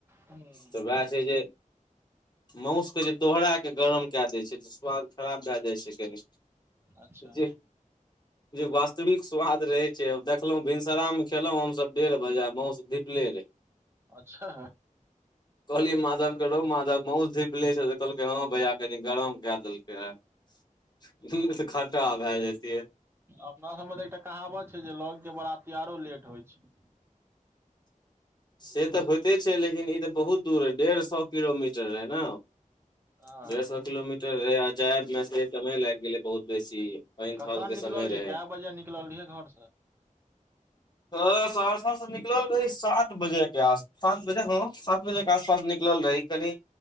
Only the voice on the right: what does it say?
हम
अच्छा
अच्छा
अपना सभमे त एकटा कहावत छै जे लग के बराती आरो लेट होइ छै
हँ
कखन
निकललियै
कए बजे निकलल रहियै घरसँ।